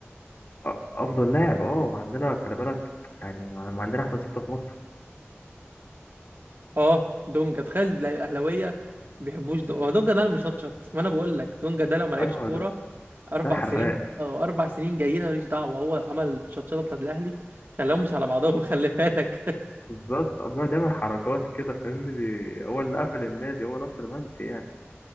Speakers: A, on the left; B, on the right.
A: أ- افضل لاعب اه وعندنا خلي بالك يعني ما عندنا احسن ستة في مصر
B: اه دونجا تخيل تلاقي الاهلاويه ما بيحبوش دونجا هو دونجا ده اللي مشطشط ما انا بقول لك دونجا ده لو ما لعبش
A: ايوه
B: كوره
A: ده,
B: اربع
A: ده حراق
B: سنين اه اربع سنين جايين أنا ماليش دعوه هو عمل الشطشطه بتاعت الاهلي خلاهم مش على بعضهم <laughs> خلي بالك
A: بالظبط آه، بيقعد يعمل حركات كده فاهمني بي... هو اللي قفل النادي هو ناصر منسي يعني